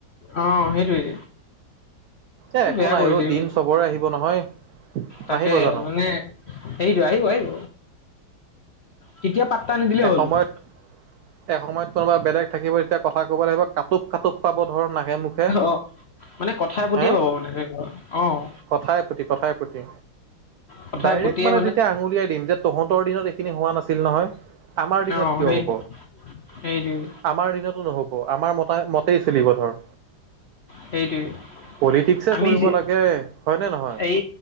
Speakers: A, on the left; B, on the right.
A: অ' সেইটোৱেই।
B: এ একো
A: বেয়া
B: নাই
A: কৰিছে,
B: অ দিন চবৰে আহিব নহয়
A: তাকে
B: নাহিব জানো
A: মানে সেইটো, আহিব আহিব, কেতিয়া পাট্টা নিদিলেই
B: এসময়ত
A: হ'ল।
B: এসময়ত কোনোবা বেলেগ থাকিব তেতিয়া কথা ক'ব লাগিব কাটোব কাটোব পাব ধৰ নাখে মুখে।
A: অ', মানে কথাই পতিয়ে
B: হে,
A: পাব মানে ধৰি লোৱা অ',
B: কথাই পতি, কথাই পতি।
A: কথাই
B: ডাইৰেক্ট
A: পতিয়ে
B: মানে তেতিয়া আঙুলিয়াই দিম যে তহঁতৰ দিনত এইখিনি হোৱা নাছিল নহয়। আমাৰ দিনত
A: অ'
B: কিয়
A: সেই
B: হ'ব
A: সেইটোৱেই।
B: আমাৰ দিনতো নহ'ব, আমাৰ মতা মতেই চিলিব ধৰ।
A: সেইটোৱে
B: পলিটিক্সে
A: আমি
B: কৰিব
A: যি
B: লাগে হয় নে নহয়?
A: এই